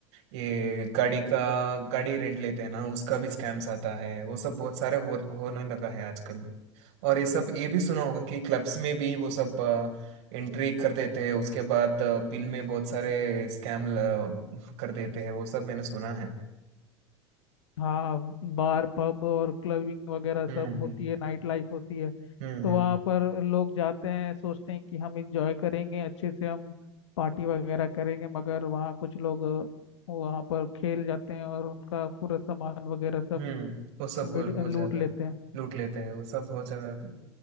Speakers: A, on the right; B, on the left.
A: ये गाड़ी का गाड़ी रेंट लेते हैं ना उसका भी स्कैम्स आता है वो सब बहुत सारे हो होने लगा है आजकल और ये सब ये भी सुना होगा कि क्लब्स में भी वो सब एंट्री कर देते हैं उसके बाद बिल में बहुत सारे स्कैम कर देते हैं वो सब मैंने सुना है
B: हाँ बार पब और क्लबिंग वगैरह सब
A: हम्म
B: होती
A: हम्म
B: है नाइट लाइफ होती है
A: हम्म
B: तो
A: हम्म
B: वहाँ पर लोग जाते हैं सोचते हैं कि हम इंजॉय करेंगे अच्छे से हम पार्टी वगैरह करेंगे मगर वहाँ कुछ लोग अ, वहाँ पर खेल जाते हैं और उनका पूरा सामान वगैरह सब
A: हम्म, वो सब
B: मिड-
A: हो, हो
B: लूट
A: जाता
B: लेते
A: है
B: हैं
A: लूट लेते हैं वो सब हो जाता है